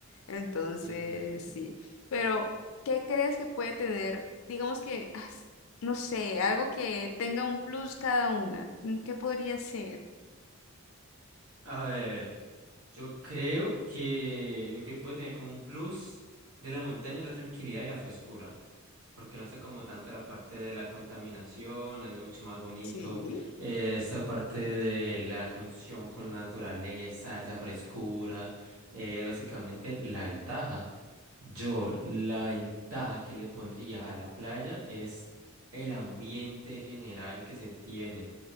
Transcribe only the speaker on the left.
entonces,
sí. Pero, ¿qué crees que puede tener, digamos que, ah, s- no sé, algo que tenga un plus cada una? Mm, ¿Qué podría ser?
Sí.